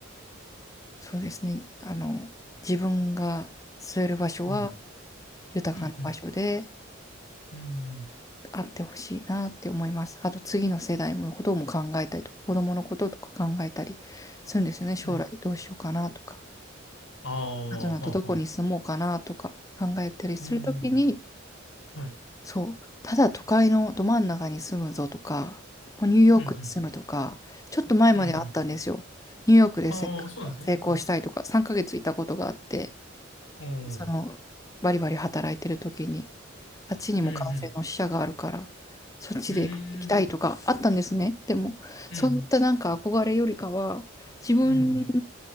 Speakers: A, on the left; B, on the left.
A: そうですね。あの、自分が据える場所は
B: うん。
A: 豊かな場所で、
B: うんうん。うん。
A: あってほしいなって思います。あと次の世代のことも考えたりとか、子供のこととか考えたりするんですよね。将来どうしようかなとか、
B: はい。ああ、
A: あとなとどこに住もうかなとか考えたりするときに、
B: はあはあ。うん。はい。
A: そう、ただ都会のど真ん中に住むぞとか、もうニューヨークに住むとか、
B: うんうん。
A: ちょっと前まであったんですよ。
B: うんうんうん。
A: ニューヨークで成
B: ああ、そうなんですね。
A: 成功したいとか、
B: はい。
A: 3ヶ月いたことがあって、
B: おお。
A: その、バリバリ働いてる時に、あっちにも感染の死者があるから、
B: うんうん。
A: そっちで行きたいとかあったんですね。
B: うん。
A: でも、
B: うん。
A: そういったなんか憧れよりかは、自分
B: うん。うん。